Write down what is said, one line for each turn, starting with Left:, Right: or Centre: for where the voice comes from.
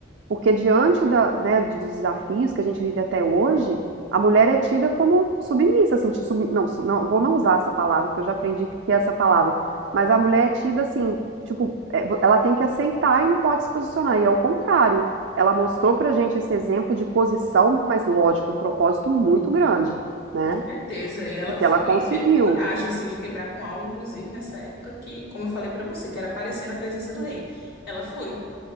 Right: Porque diante da, né, dos desafios que a gente vive até hoje, a mulher é tida como submissa, assim, ti- sub- não, su- não, vou não usar essa palavra, porque eu já aprendi que é essa palavra, mas a mulher é tida assim, tipo, é, vo- ela tem que aceitar e não pode se posicionar, e é o contrário. Ela mostrou pra gente esse exemplo de posição, mas lógico, um propósito muito grande, né?
Left: Com certeza. E ela
Right: E que
Left: foi
Right: ela conseguiu.
Left: e teve coragem, assim, de quebrar com algo, inclusive nessa época que, como eu falei pra você, que era aparecer na presença do rei. Ela foi.